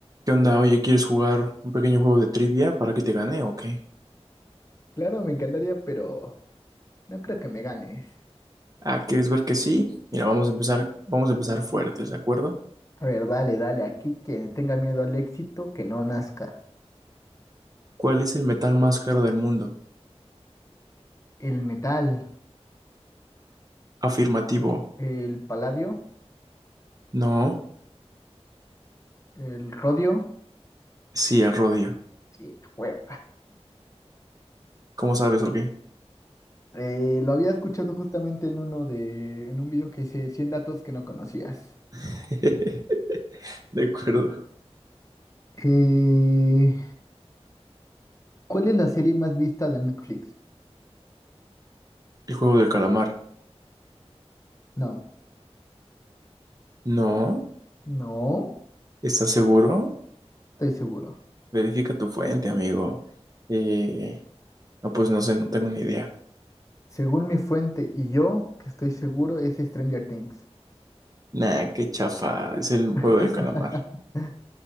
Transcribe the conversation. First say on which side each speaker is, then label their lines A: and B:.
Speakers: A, on the right (about 35°); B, on the left (about 30°).
A: ¿Qué onda? Oye, ¿quieres jugar un pequeño juego de trivia para que te gane o qué?
B: Claro, me encantaría, pero no creo que me ganes.
A: Ah, ¿quieres ver que sí? Mira, vamos a empezar, vamos a empezar fuertes, ¿de acuerdo?
B: A ver, dale, dale, aquí quien tenga miedo al éxito, que no nazca.
A: ¿Cuál es el metal más caro del mundo?
B: El metal,
A: Afirmativo.
B: el paladio,
A: No.
B: el rodio,
A: Sí, el rodio.
B: sí, bueno.
A: ¿Cómo sabes o qué?
B: Eh, lo había escuchado justamente en uno de, en un video que hice 100 datos que no conocías.
A: <laughs> De acuerdo.
B: Eh, ¿cuál es la serie más vista de Netflix?
A: El juego del calamar.
B: No,
A: No.
B: no,
A: ¿Estás seguro?
B: estoy seguro.
A: Verifica tu fuente, amigo. Eh, no, pues no sé, no tengo ni idea.
B: Según mi fuente y yo, que estoy seguro, es Stranger Things.
A: Nah, qué chafa. Es el
B: <laughs>
A: juego del calamar.